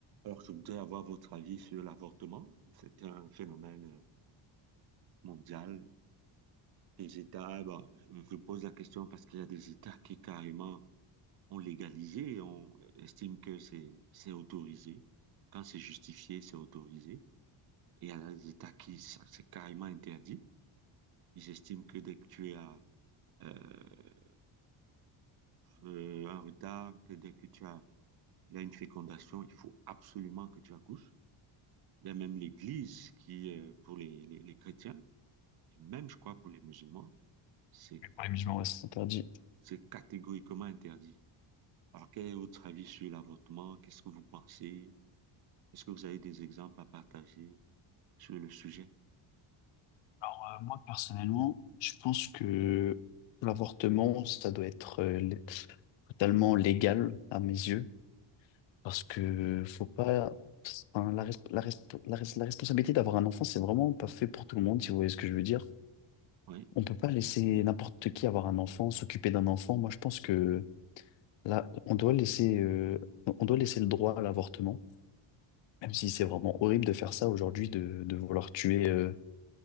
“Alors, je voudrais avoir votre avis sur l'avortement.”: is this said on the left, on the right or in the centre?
Right